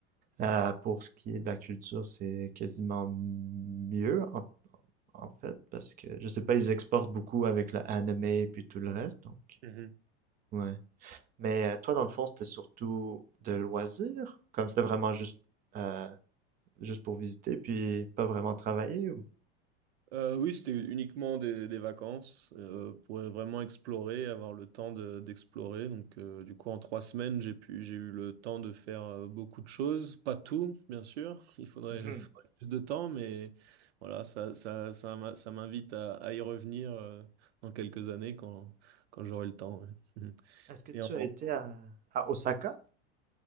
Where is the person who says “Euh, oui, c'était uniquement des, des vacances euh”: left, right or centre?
Right